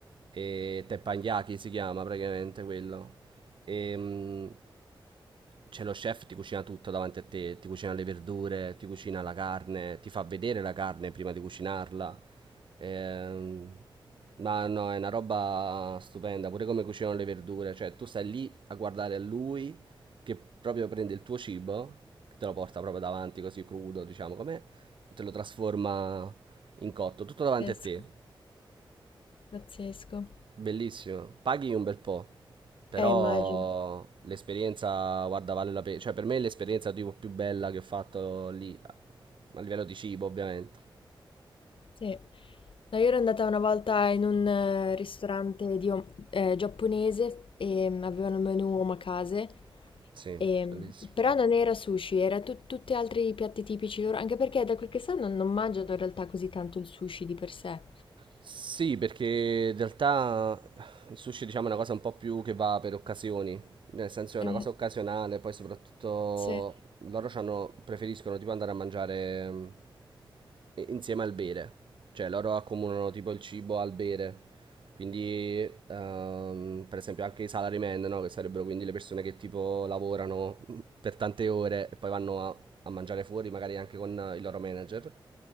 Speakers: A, on the right (about 65°); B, on the left (about 75°).
A: e teppanyaki si chiama praticamente quello, e mm, c'è lo chef, ti cucina tutto davanti a te, ti cucina le verdure, ti cucina la carne, ti fa vedere la carne prima di cucinarla. Ehm, ma no, è una roba stupenda, pure come cucinano le verdure, cioè tu stai lì a guardare lui che proprio prende il tuo cibo, che te lo porta proprio davanti così crudo, diciamo com'è, e te lo trasforma in cotto, tutto davanti
B: Pazzesco.
A: a te.
B: Pazzesco.
A: Bellissimo, paghi un bel po', però
B: Eh, immagino.
A: l'esperienza, guarda, vale la pena, cioè per me è l'esperienza tipo più bella che ho fatto lì, a a livello di cibo ovviamente.
B: Sì. No, io ero andata una volta in un eh, ristorante di om- eh, giapponese e mm, avevano il menù omakase,
A: Sì,
B: e,
A: bellissimo.
B: mm, però non era sushi, era tu- tutti altri piatti tipici loro, anche perché da quel che so non, non mangiano in realtà così tanto il sushi di per sé.
A: Sì, perché in realtà il sushi, diciamo, è una cosa un po' più che va per occasioni, nel senso è una
B: Eh,
A: cosa occasionale, poi soprattutto
B: sì.
A: loro c'hanno- preferiscono tipo andare a mangiare mm, i- insieme al bere, cioè loro accomunano tipo il cibo al bere, quindi, ehm, per esempio, anche i salarymen, no? Che sarebbero quindi le persone che tipo lavorano mm, per tante ore e poi vanno a, a mangiare fuori, magari anche con eh, il loro manager.